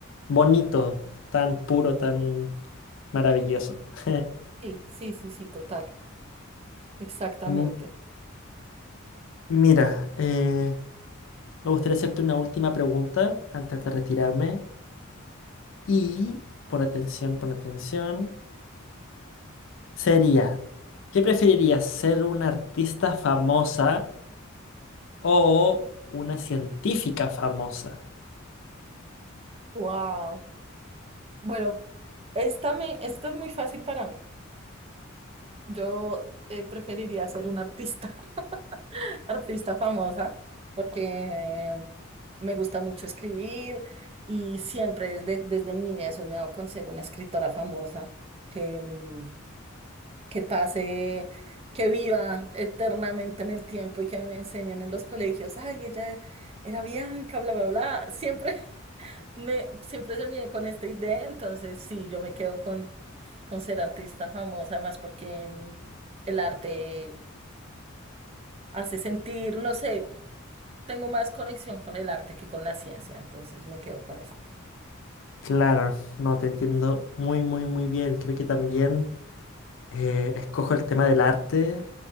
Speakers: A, on the left; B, on the right.
A: bonito, tan puro, tan... Maravilloso. <laughs>
B: Sí, sí, sí, sí, total, exactamente.
A: Mm, Mira, eh, me gustaría hacerte una última pregunta antes de retirarme y pon atención, pon atención. Sería, ¿qué preferirías ser una artista famosa o una científica famosa?
B: Wow. Bueno, esta me, esta es muy fácil para mí. Yo eh, preferiría ser una artista, <laughs> artista famosa, porque me gusta mucho escribir y siempre desde, desde niña he soñado con ser una escritora famosa que, mm, que pase, que viva eternamente en el tiempo y que me enseñen en los colegios. Ay, ella era Bianca, bla, bla, bla. Siempre. Me siempre soñé con esta idea, entonces sí, yo me quedo con, con ser artista famosa, más porque mm, el arte hace sentir, no sé, tengo más conexión con el arte que con la ciencia, entonces me quedo con eso.
A: Claro, no te entiendo muy, muy, muy bien. Creo que también eh, escojo el tema del arte.